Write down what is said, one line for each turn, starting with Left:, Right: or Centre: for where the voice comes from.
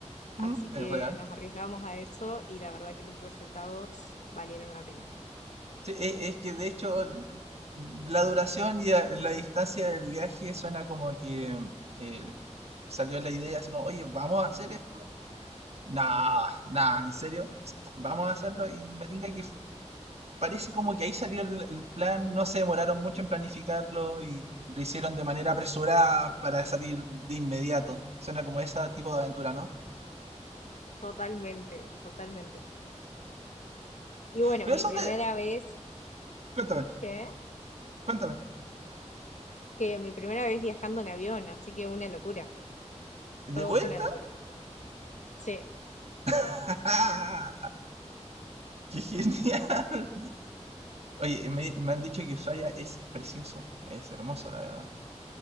Right: Mm,
Left: Así
Right: Es
Left: que
Right: real.
Left: nos arriesgamos a eso y la verdad que los resultados valieron la pena.
Right: Sí, e- Es que de hecho la duración y a- la distancia del viaje suena como que eh, salió la idea así como, oye, ¿vamos a hacer esto? Nah, nah, ¿en serio? Vamos a hacerlo y me tinca que f- parece como que ahí salió el, el plan, no se demoraron mucho en planificarlo y lo hicieron de manera apresurada para salir de inmediato. Suena como ese tipo de aventura, ¿no?
Left: Totalmente, totalmente. Y bueno,
Right: Pero
Left: mi
Right: son
Left: primera
Right: de...
Left: vez,
Right: Cuéntame,
Left: ¿qué?
Right: cuéntame.
Left: Que mi primera vez viajando en avión, así que una locura. Todo
Right: ¿De vuelta?
Left: fue una locura. Sí,
Right: <laughs> ¡Ah! ¡Qué genial! Oye, me, me han dicho que Ushuaia es precioso, es hermoso, la verdad.